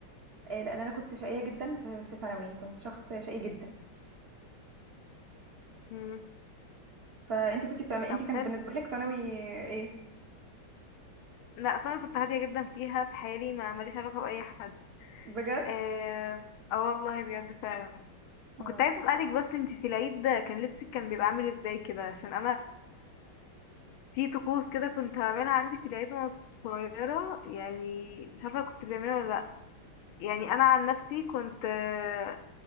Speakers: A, on the right (about 45°); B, on the left (about 80°).
A: آه، لان انا كنت شقيه جدا في في ثانوي كنت شخص شقي جدا
B: مم.
A: فانتي كنت بتعملي
B: طب
A: انتي كان
B: حلو
A: بالنسبه لك ثانوي ايه
B: لا اصل انا كنت هاديه جدا فيها في حالي ما ماليش علاقه باي حد
A: بجد
B: اه آه والله بجد فعلا
A: آه.
B: وكنت عايزه اسالك بس انت في العيد كان لبسك كان بيبقى عامل ازاي كده عشان انا في طقوس كده كنت هعملها عندي في العيد وانا صغيرة يعني مش عارفة كنت بتعملها ولا لأ يعني أنا عن نفسي كنت آه،